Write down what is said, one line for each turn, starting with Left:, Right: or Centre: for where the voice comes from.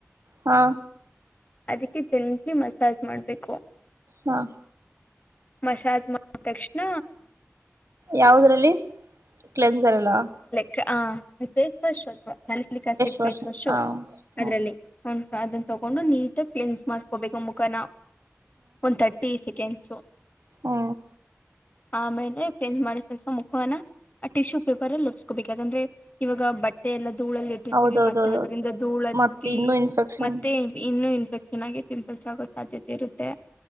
Right: ಹಾ
Left: ಅದಿಕ್ಕೆ ಜೆಂಟ್ಲಿ ಮಸಾಜ್ ಮಾಡ್ಬೇಕು.
Right: ಹಾ
Left: ಮಸಾಜ್ ಮಾಡ್ ತಕ್ಷಣ.
Right: ಯಾವ್ದ್ರಲ್ಲಿ. ಕ್ಲೆನ್ಸರಲ್ಲ.
Left: ಕ ಹ ಆಮೇಲ್ ಫೇಸ್ ವಶ್ ಅತ್ವ salicylic acid
Right: wash
Left: face wash
Right: ಹ ಹ್ಮ್
Left: ಅದ್ರಲ್ಲಿ ಹು. ಅದುನ್ನ ತಗೊಂಡು ನೀಟಾಗ್ ಕ್ಲಿನ್ಸ್ ಮಾಡ್ಕೋಬೇಕು ಮುಖನ. ಒಂದ್ ತರ್ಟಿ ಸಿಕ್ ಕೆನ್ಸು.
Right: ಹು.
Left: ಆಮೇಲೆ ಕ್ಲೇನ್ಸ್ ಮಾಡಿದ್ ತಕ್ಷಣ ಮುಖನ ಆ ಟಿಶ್ಯೂ ಪೇಪರಲ್ ಒರ್ಸ್ಕೋಬೇಕ್ ಯಾಕಂದ್ರೆ ಇವಾಗ ಬಟ್ಟೆ ಎಲ್ಲ ಧೂಳಲ್ಲಿಟ್ಟಿರ್ತೀವಿ
Right: ಹೌದೌದೌದೌದು
Left: ಮತ್ತೆ ಅದ್ರಿಂದ ಧೂಳತ್ತಿ
Right: ಮತ್ತ ಇನ್ನುೂ ಇನ್ಫೆಕ್ಷನ್
Left: ಮತ್ತೆ ಇನ್ನು ಇನ್ಫೆಕ್ಷನ್ ಆಗಿ ಪಿಂಪಲ್ಸ್ ಆಗೋ ಸಾಧ್ಯತೆ ಇರುತ್ತೆ